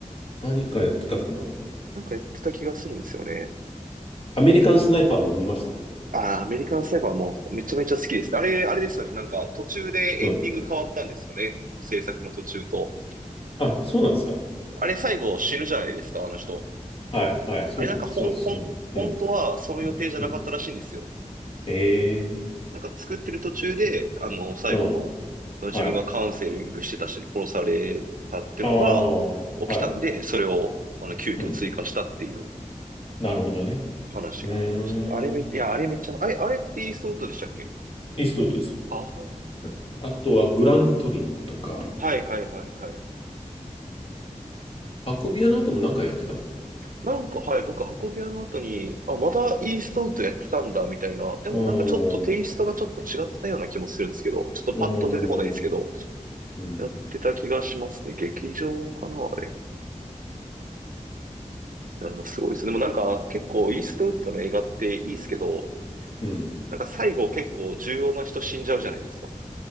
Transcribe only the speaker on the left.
何かやってたかな
アメリカンスナイパーも見ました。
うん。
あ、そうなんですか。
はい、はい、そうで、
そうです。
うん、
うん、うん。ええ
うん、
はい。ああ、はい。
うん。なるほどね。
うーん。
イーストウッドですよ。
あとはグラントリノとか、
運び屋の後も何かやってたか
な。うーん。
うーん。うん。
うん。